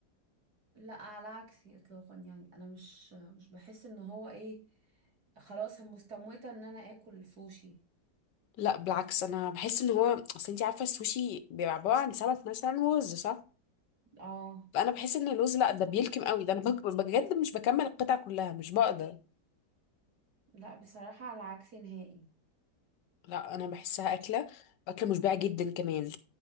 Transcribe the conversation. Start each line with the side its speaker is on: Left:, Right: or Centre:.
Right: لا على عكسي اطلاقا يعني انا مش مش بحس ان هو ايه خلاص أنا مستموتة ان انا اكل سوشي
Left: لا بالعكس انا بحس ان هو اصل انت عارفه السوشي بيبقى عباره عن سمك مثلا ورز صح
Right: اه
Left: فانا بحس ان الرز لا ده بيلكم قوي ده انا بك- بجد مش بكمل القطعه كلها مش بقدر
Right: لا بصراحة على عكسي نهائي
Left: لا انا بحسها
Right: مش-
Left: اكله اكله مشبعه جدا كمان